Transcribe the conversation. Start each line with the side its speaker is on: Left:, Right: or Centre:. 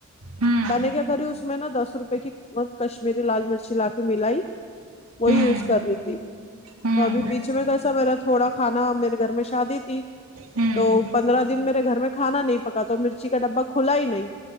Right: ہوں
Left: میں نے کیا کری اس میں نا دس روپے کیمت کشمیری لال مرچی لا کے ملائی وہی
Right: ہوں
Left: یوز کر رہی تھی
Right: ہوں
Left: تو ابھی بیچ میں کیسا میرا تھوڑا کھانا میرے گھر میں شادی تھی
Right: ہوں
Left: تو پندرہ دن میرے گھر میں کھانا نہیں پکا تو مرچی کا ڈبا کھلا ہی نہیں